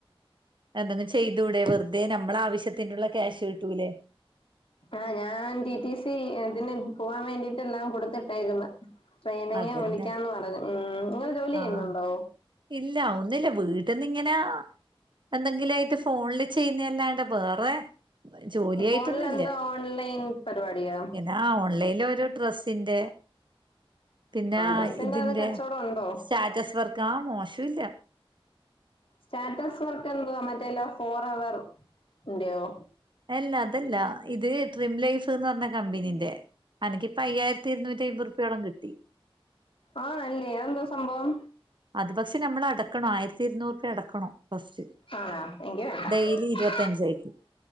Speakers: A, on the right; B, on the left.
A: എന്തെങ്കും ചെയ്തുടെ. വെറുതെ നമ്മളെ ആവശ്യത്തിനുള്ള ക്യാഷ് കിട്ടൂലേ.
B: ആഹ ഞാൻ ടി റ്റി സി ഇതിന് പോവാൻ വേണ്ടിട്ട് എല്ലാം കൊടുത്തിട്ടേക്കുന്നു. ട്രെയിനങ്ങിനു
A: അതന്നെ
B: വിളിക്കാന്ന് പറഞ്ഞു. ഉം നിങ്ങള് ജോലി
A: ആഹ്
B: ചെയ്യുന്നുണ്ടോ?
A: ഇല്ല ഒന്നില്ല വീട്ടന്ന ഇങ്ങനാ. എന്തെങ്കിലും ആയിട്ട് ഫോണില് ചെയ്യുന്നല്ലാണ്ട്. വേറെ, ജോലിയായിട്ടൊന്നുല്ല
B: ഫോണിലെന്താ ഓൺലൈൻ പരിപാടിയാ.
A: പിന്നെ ആ ഓൺലൈനിൽ ഒരു ഡ്രസ്സിന്റെ. പിന്നെ ആ
B: ഡ്രസ്സിന്റെ
A: ഇതിന്റെ
B: അത് കച്ചവടം ഉണ്ടോ
A: സ്റ്റാറ്റസ് വർക്ക്. ആ മോശം ഇല്ല.
B: സ്റ്റാറ്റസ് വർക്ക് എന്തുവാ. മറ്റേല്ല ഫോറെവെർ ന്റെയോ?
A: അല്ല അതല്ല. ഇത് ട്രീം ലൈഫ് എന്ന് പറഞ്ഞ കമ്പനീന്റെ. അനിക്കിപ്പം അയ്യായിത്തി ഇരുന്നൂറ്റി അമ്പത് രൂപയോളം കിട്ടി.
B: ആ നല്ലേ അത് എന്താ സംഭവം.
A: അത് പക്ഷെ നമ്മള അടക്കണം. ആയിരത്തി ഇരുന്നൂറ് റുപിയ അടക്കണം ഫസ്റ്റ്.
B: ആണാ എങ്കി വേണ്ട
A: ഡെയിലി ഇരുപത്തഞ്ചായിട്ട്.